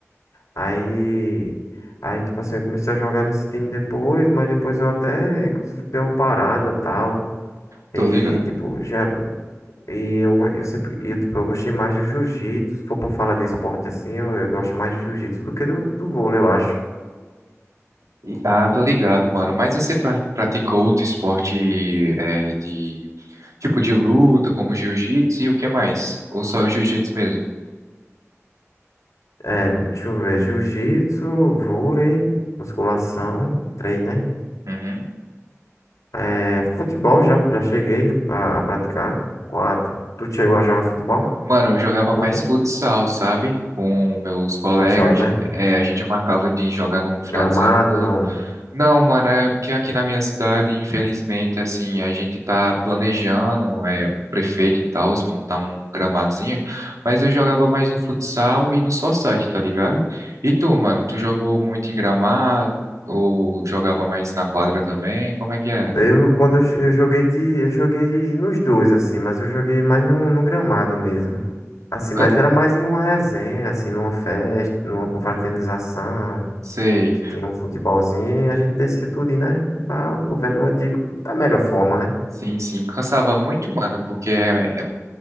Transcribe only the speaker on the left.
Aí, aí, tipo assim, eu comecei a jogar nesse time depois, mas depois eu até, inclusive, dei uma parada e tal.
E,
tipo, já, e eu, eu sempre, e eu, tipo, eu gostei mais do jiu-jitsu. Se for pra falar de esporte assim, eu, eu gosto mais de jiu-jitsu do que do, do vôlei, eu acho.
É, deixa eu ver, jiu-jitsu, vôlei, musculação, três, né?
É, futebol, já, já cheguei a, a praticar. Quatro. Tu chegou a jogar futebol?
Muito?
Futsal, né?
Gramado,
não.
Eu, quando eu, eu joguei de, eu joguei de- nos dois, assim, mas eu joguei mais no, no gramado mesmo. Assim, mas
era mais em uma resenha, assim, numa festa, numa confraternização,
que tinha um futebolzinho, e a gente descia tudo, né? Pra, pro velho antigo, da melhor forma, né?